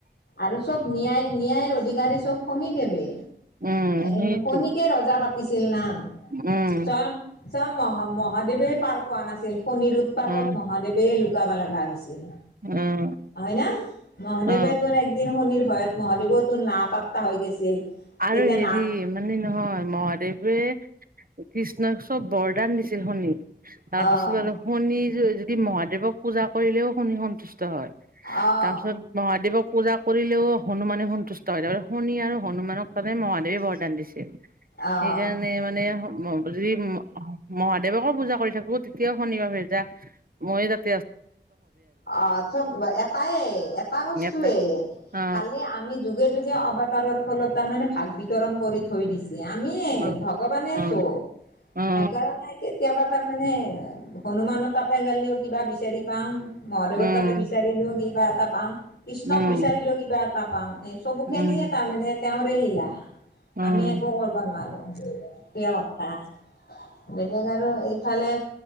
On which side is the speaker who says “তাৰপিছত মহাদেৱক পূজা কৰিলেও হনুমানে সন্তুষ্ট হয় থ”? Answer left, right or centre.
Right